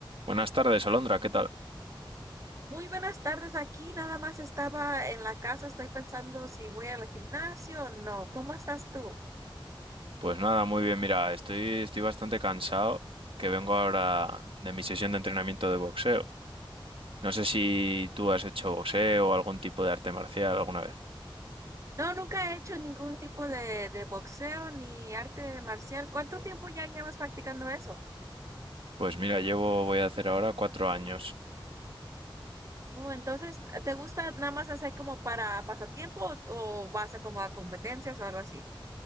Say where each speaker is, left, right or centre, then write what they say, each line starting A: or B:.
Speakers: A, on the right; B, on the right.
A: Buenas tardes, Alondra, ¿qué tal?
B: Muy buenas tardes aquí. Nada más estaba en la casa. Estoy pensando si voy al gimnasio o no. ¿Cómo estás tú?
A: Pues nada, muy bien, mira, estoy, estoy bastante cansado que vengo ahora de mi sesión de entrenamiento de boxeo. No sé si tú has hecho boxeo o algún tipo de arte marcial alguna vez.
B: No, nunca he hecho ningún tipo de, de boxeo ni arte marcial. ¿Cuánto tiempo ya llevas practicando eso?
A: Pues mira, llevo, voy a hacer ahora cuatro años.
B: Oh, entonces, ¿te gusta nada más hacer como para pasatiempo o, o vas a como a competencias o algo así?